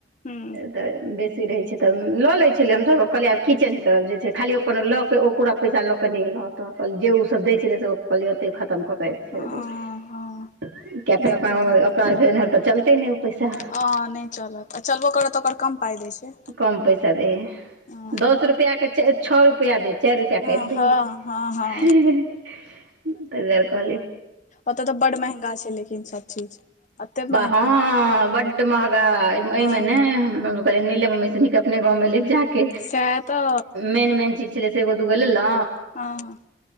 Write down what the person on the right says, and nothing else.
तऽ बेसी रहैत छै तऽ लऽ लैत छलै हमसभ कहलियै आब की चेंज करब जे छै खाली ओ अपन लऽ केऽ ओपूरा पैसा लऽ कऽ नहि एलहुँ एतऽ, जे ओ सब दै छलै से ओ कहलियै ओतै खतम कऽ के आयब
किया
फेर अपना
गवनार तऽ चलते नहि ओ पैसा।
कम पैसा दे हे,
दस रुपआ के छः रुपया देत। चारी रुपया
काइट दही,
तै दुआरे कहलियै।
हं बड्ड मंहगा, ऐ
में ने हम सब कहलिय नै लेब हम ऐसे निक। अपने गाँवमें लेब जाकऽ।
मेन-मेन चीज छेलै से एगो-दूगो लेलौ